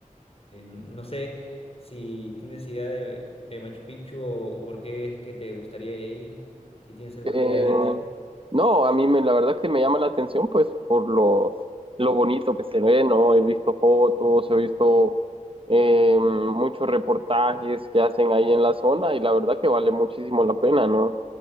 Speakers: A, on the left; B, on the right.
A: Eh, no sé si tienes idea de, de Machu Picchu o, o por qué es que te gustaría ir ahí, si tienes alguna
B: Eh,
A: idea de eso.
B: no, a mí me, la verdad que me llama la atención pues por lo, lo bonito que se ve, ¿no? He visto fotos, he visto eh, muchos reportajes que hacen ahí en la zona y la verdad que vale muchísimo la pena, ¿no?